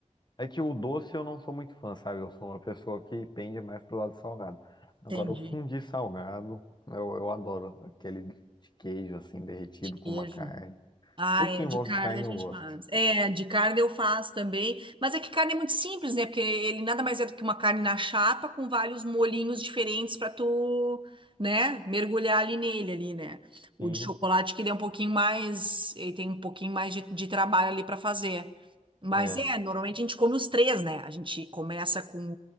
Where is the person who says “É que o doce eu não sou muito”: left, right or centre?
Left